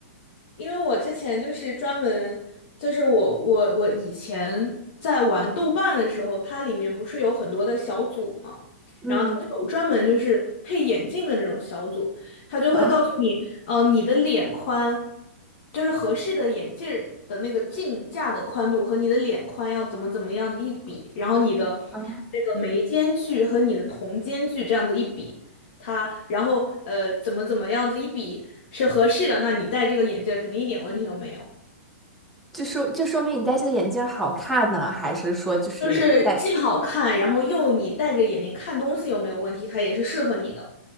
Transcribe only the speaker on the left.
因为我之前就是专门，就是我我我以前在玩豆瓣的时候，它里面不是有很多的小组嘛，
然后它就有专门就是配眼镜的那种小组，它就会告诉你，
呃，你的脸宽，就是合适的眼镜儿的那个镜架的宽度和你的脸宽要怎么怎么样子一比，然后你的
那个眉间距和你的瞳间距这样子一比。它，然后呃怎么怎么样子一比是合适的，那你戴这个眼镜儿肯定一点问题都没有。
就是既好看，然后又你戴着眼睛看东西又没有问题，它也是适合你的。